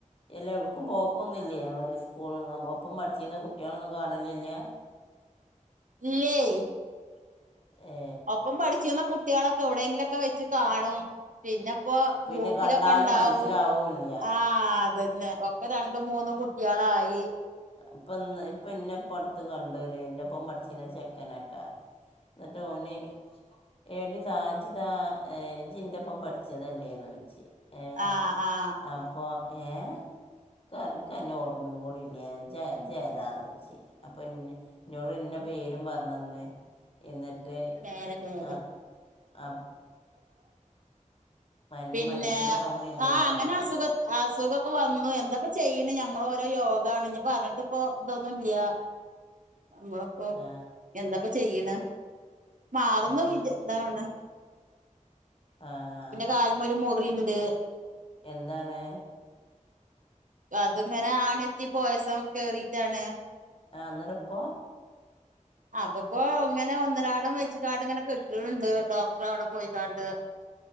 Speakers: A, on the left; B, on the right.
A: എല്ല എവിടക്കും പോക്കൊന്നില്ലേ സ്കൂൾ ഒപ്പം പഠിച്ചിര്ന്ന കുട്ടികളൊന്നും കാണലില്ല
B: ഇല്ലേയ്
A: ഏ
B: ഒപ്പം പഠിച്ചിര്ന്ന കുട്ടികളൊക്കെ എവിടെയെങ്കിലും ഒക്കെ വെച്ച് കാണും പിന്നെ ഇപ്പൊ
A: പിന്നെ
B: ഗ്രൂപ്പിലൊക്കെ
A: കണ്ടാലും
B: ഉണ്ടാവും
A: മനസ്സിലാവില്ല
B: ആഹ് അതന്നെ ഒക്കെ രണ്ടും മൂന്നും കുട്ടികളായി
A: ഇപ്പൊ ഇപ്പ ഇന്നെപ്പട്ത് കണ്ടോല് ഇന്നെപ്പം ഒപ്പം പഠിച്ചിന ചെക്കനാട്ടാ എന്നിട്ട് ഓന് എടി സാജിതാ ഏ ജിന്റെപ്പം പഠിച്ചതല്ലേന്ന് ചോദിച്ച് ഏഹ്
B: ആഹ് ആഹ്
A: അപ്പൊ ഏഹ് കൻ കന്നെ ഓർമ്മയും കൂടി ഇല്ല ജ ജേതാന്നോയിച് അപ്പൊ ഇന്ന ഇന്നോട് ഇന്ന പേരും പറഞ്ഞന്ന് എന്നിട്ട്
B: നേരെ നേരെ
A: ആ ആ മന
B: പിന്നെ
A: മനസ്സിലാവണില്ലല്ലോ
B: ആ അങ്ങനെ
A: എന്നാണ്
B: അസുഖ അസുഖക്കെ വന്നു എന്താപ്പ ചെയ്യണ് ഞമ്മൾ ഓരോ യോഗാണ് ഞ്ഞിപ്പം അങ്ങട്ട്പ്പം ഇതൊന്നുംല്ല്യ നമ്മളപ്പോ
A: ആ
B: എന്താപ്പം ചെയ്യണ് മാറുന്ന്
A: അതന്നെ
B: വിചാ ഇതാവ്ണ്
A: ആഹാ
B: കാലിമ്മെ ഒരു മുറിണ്ട്
A: എന്താണ്?
B: അത്ങ്ങനെ ആണെത്തി പോയസം കേറിട്ടാണ്.
A: ആഹ് അന്നേരം ഇപ്പോ
B: അപ്പപ്പോ ഇങ്ങനെ ഒന്നരാടം വെച്ച് ങ്ങാണ്ട് ഇങ്ങനെ കെട്ട്ണണ്ട് ഡോക്ടറെ അവിടെ പോയിക്കാണ്ട്